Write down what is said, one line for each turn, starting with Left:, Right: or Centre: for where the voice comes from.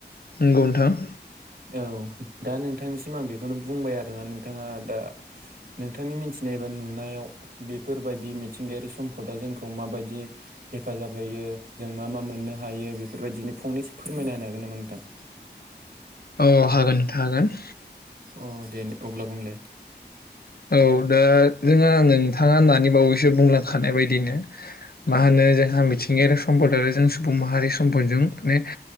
Left: नंगौ नोंथां।
Right: औ दा नोंथांनिसिम आं बेखौनो बुंबाय आरोना नोंथाङा दा
Left: <inaudible>
Right: नोंथांनि मिथिनाय एबा नुनायाव बेफोरबायदि मिथिंगायारि सम्पदा जोंखौ माबायदि हेफाजाब होयो जों मा मा मोननो हायो बेफोरबायदिनो फंनैसो फोरमायना होनो हागोन नामा नोंथां?
Left: औ हागोन नोंथां हागोन।
Right: अ दे अब्ला बुंलाय।
Left: औ दा जोंहा आंङो नोंथाङा दानि बावैसो बुंलांखानाय बायदिनो मा होनो जोंहा मिथिंगायारि सम्पद आरो जों सुबुं माहारि सम्पदजों माने